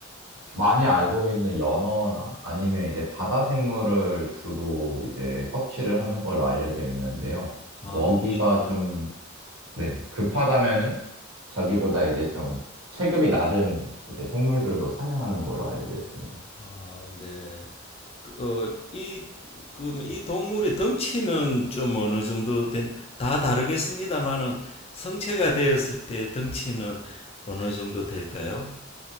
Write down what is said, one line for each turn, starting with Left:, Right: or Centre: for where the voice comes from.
Right: 많이 알고 있는 연어나 아니면 이제 바다 생물을 주로 이제 섭취를 하는 걸로 알려져 있는데요. 먹이가
Left: 아, 육-
Right: 좀, 네, 급하다면은 자기보다 이제 좀 체급이 낮은 이제 생물들도 사냥하는 걸로 알려져 있습니다.
Left: 아, 네. 그, 어, 이, 그러면 이 동물의 덩치는 좀 어느 정도 된, 다 다르겠습니다만은 성체가 되었을 때 덩치는 어느 정도 될까요?